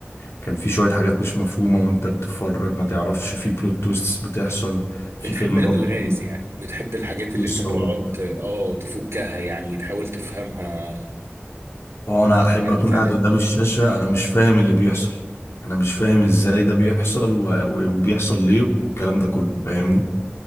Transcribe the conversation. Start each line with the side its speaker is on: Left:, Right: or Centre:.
Left: كان في شوية حاجات مش مفهومة وانت بتتفرج ما تعرفش في بلوت تويستس بتحصل في
Right: بتحب
Left: فيلم
Right: الالغاز
Left: برضه كان-
Right: يعني بتحب الحاجات اللي
Left: بالظبط
Right: انت تقعد اه تفكها يعني تحاول تفهمها
Left: اه انا احب
Right: حاجات
Left: اكون
Right: ثالث
Left: قاعد قدام الشاشة انا مش فاهم اللي بيحصل انا مش فاهم ازاي ده بيحصل و... و- وبيحصل ليه والكلام ده كله فاهمني